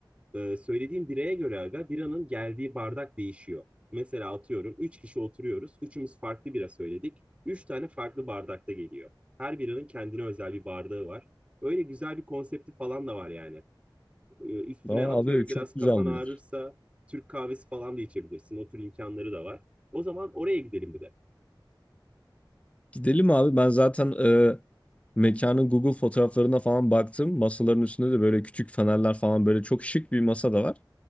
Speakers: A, on the right; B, on the left.
A: ee, söylediğim bireye göre aga biranın geldiği bardak değişiyor. Mesela atıyorum 3 kişi oturuyoruz. Üçümüz farklı bira söyledik. üç tane farklı bardakta geliyor. Her biranın kendine özel bir bardağı var. Öyle güzel bir konsepti falan da var yani. Ee, üstüne
B: Aa,
A: atıyorum
B: abi çok
A: biraz kafan
B: güzelmiş.
A: ağrırsa Türk kahvesi falan da içebilirsin. O tür imkanları da var. O zaman oraya gidelim bir de.
B: Gidelim abi. Ben zaten e, mekanın Google fotoğraflarına falan baktım. Masaların üstünde de böyle küçük fenerler falan böyle çok şık bir masa da var.